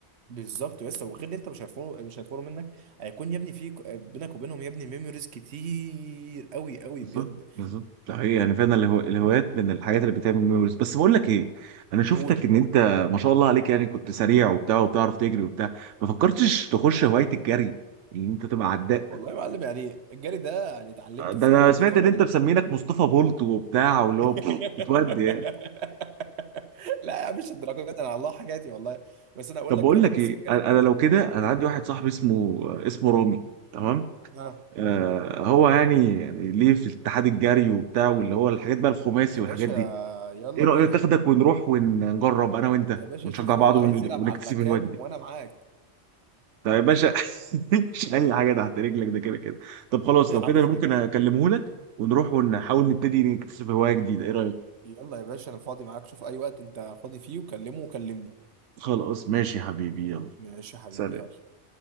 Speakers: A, on the right (about 65°); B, on the right (about 80°).
A: بالظبط بس وغير ان انت مش هيفرقوا مش هيفرقوا منك هيكون يا ابني في ك- بينك وبينهم يا ابني ميموريز كتير قوي قوي
B: بالظبط
A: بجد
B: بالظبط ده حقيقي يعني فعلا الهو... الهوايات من الحاجات اللي بتعمل ميموريز بس بقول لك ايه انا شفتك
A: قول
B: ان انت ما شاء الله عليك يعني كنت سريع وبتاع وبتعرف تجري وبتاع ما فكرتش تخش هوايه الجري ان انت تبقى عداء
A: والله يا معلم يعني الجري ده يعني اتعلمته
B: ده
A: فاهم
B: انا سمعت
A: جري ولا
B: ان انت مسمينك مصطفى بولت وبتاع واللي
A: <laughs>
B: هو <laughs> بتودي
A: لا يا عم، مش الدرجات دي، انا على الله حكايتي والله بس انا اقول
B: طب
A: لك
B: بقول
A: انا
B: لك
A: بس
B: ايه
A: الجري
B: انا أنا لو كده
A: قول
B: انا عندي واحد صاحبي اسمه اسمه رامي تمام
A: ها
B: آه هو يعني يعني ليه في اتحاد الجري وبتاع واللي هو الحاجات بقى الخماسي
A: يا باشا
B: والحاجات دي
A: يلا
B: ايه
A: بينا
B: رأيك تاخدك ونروح ونجرب انا وانت
A: يا باشا
B: ونشجع
A: شوف
B: بعض
A: هو عايز
B: ون-
A: يلعب
B: ونكتسب
A: على كام
B: الهوايه دي
A: وانا معاك
B: طب يا باشا <laughs> مش اي حاجه تحت رجلك ده كده كده طب خلاص
A: <laughs>
B: لو كده
A: حبيبي
B: انا ممكن اكلمه لك ونروح ونحاول نبتدي نكتسب هوايه جديده ايه رأيك
A: يلا يا باشا انا فاضي معاك شوف اي وقت انت فاضي فيه وكلمه وكلمني
B: خلاص ماشي يا حبيبي يلا
A: ماشي يا حبيبي
B: سلام
A: يلا